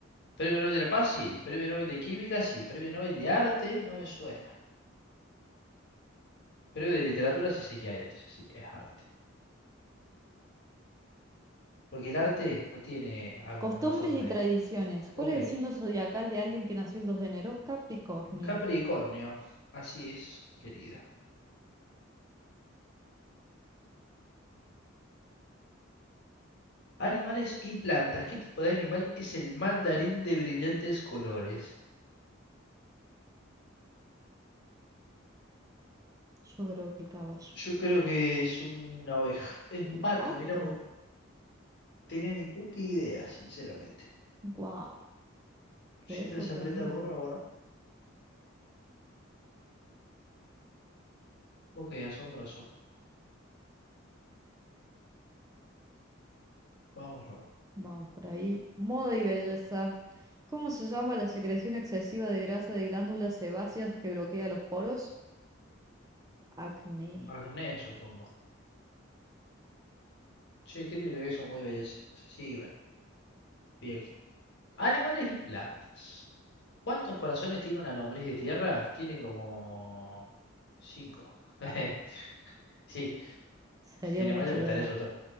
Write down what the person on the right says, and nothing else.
Costumbres
y
tradiciones. ¿Cuál
es el signo zodiacal de alguien que nació el 2 de enero? Capricornio.
Yo creo que el caballo.
El
pato.
Wow, quedé
sorprendido.
Vamos por ahí. Moda y belleza. ¿Cómo se llama la secreción excesiva de grasa de glándulas sebáceas que bloquea los poros? Acné.
Sería
mucho
lo
demás.